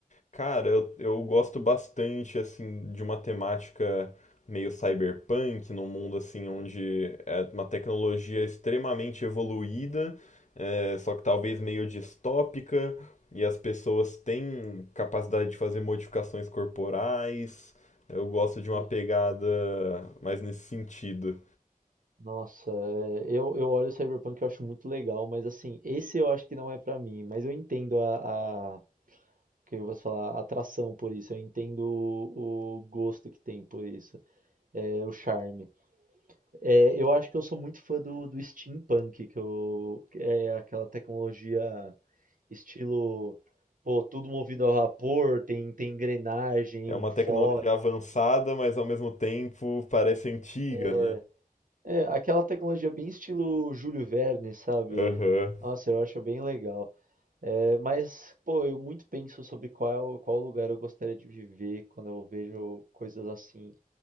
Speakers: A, on the left; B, on the right.
A: Cara, eu, eu gosto bastante, assim, de uma temática meio cyberpunk, num mundo, assim, onde é uma tecnologia extremamente evoluída, é, só que talvez meio distópica, e as pessoas têm capacidade de fazer modificações corporais. Eu gosto de uma
B: Aham.
A: pegada mais nesse sentido.
B: Nossa, é, eu, eu olho o Cyberpunk e eu acho muito legal, mas assim, esse eu acho que não é pra mim, mas eu entendo a, o que eu vou falar, atração por isso. Eu entendo o, o gosto que tem por isso, é, o charme. É, eu acho que eu sou muito fã do, do steampunk, que eu, que é aquela tecnologia estilo, pô, tudo movido a vapor, tem, tem engrenagem,
A: É uma
B: fole,
A: tecnologia avançada, mas ao mesmo tempo parece antiga,
B: é,
A: né?
B: é aquela tecnologia bem estilo Júlio Verne, sabe?
A: Aham,
B: Nossa, eu acho bem legal. É, mas, pô, eu muito penso sobre qual, qual lugar eu gostaria de viver quando eu vejo coisas assim